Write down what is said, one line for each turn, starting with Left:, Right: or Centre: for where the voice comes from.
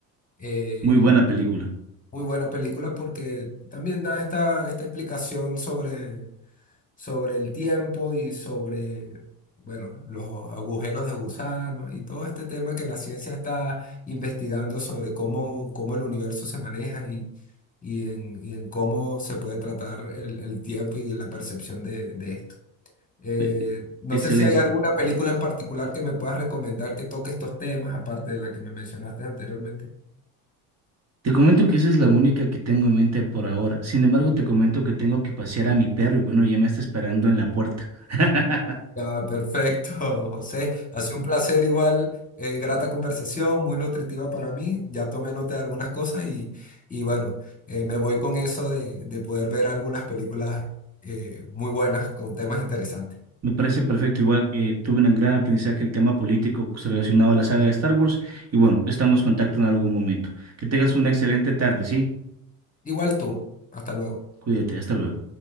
Left: Eh,
Right: Muy buena película.
Left: muy buena película porque también da esta, esta explicación sobre sobre el tiempo y sobre, bueno, los agujeros de gusanos y todo este tema que la ciencia está investigando sobre cómo, cómo el universo se maneja y, y, en, y en cómo se puede tratar el, el tiempo y la percepción de, de esto. Eh,
Right: E-
Left: no
Right: Excelente.
Left: sé si hay alguna película en particular que me puedas recomendar que toque estos temas, aparte de la que me mencionaste anteriormente.
Right: Te comento que esa es la única que tengo en mente por ahora. Sin embargo, te comento que tengo que pasear a mi perro y bueno, ya me está esperando en la puerta. <laughs>
Left: Ya, perfecto, <laughs> José. Ha sido un placer igual, eh, grata conversación, muy nutritiva para mí. Ya tomé nota de algunas cosas y, y bueno, eh, me voy con eso de, de poder ver algunas películas eh, muy buenas con temas interesantes.
Right: Me parece perfecto. Igual eh, tuve un gran aprendizaje el tema político relacionado a la saga de Star Wars. Y bueno, estamos en contacto en algún momento. Que tengas una excelente tarde, ¿sí?
Left: Igual tú. Hasta luego.
Right: Cuídate, hasta luego.